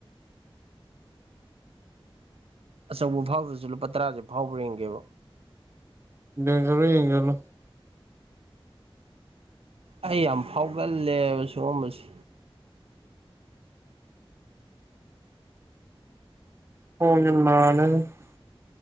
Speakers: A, on the right; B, on the right.
A: ꯑꯆꯧꯕ ꯐꯥꯎꯗ꯭ꯔꯁꯨ ꯂꯨꯄꯥ ꯇꯔꯥꯁꯦ ꯐꯥꯎꯈ꯭ꯔꯦꯡꯒꯦꯕ
B: ꯏꯒꯂꯣ ꯌꯦꯡꯒꯂꯣ
A: ꯑꯩ ꯌꯥꯝ ꯐꯥꯎꯒꯜꯂꯦꯕ ꯁꯤꯒꯨꯝꯕꯁꯦ
B: <unintelligible>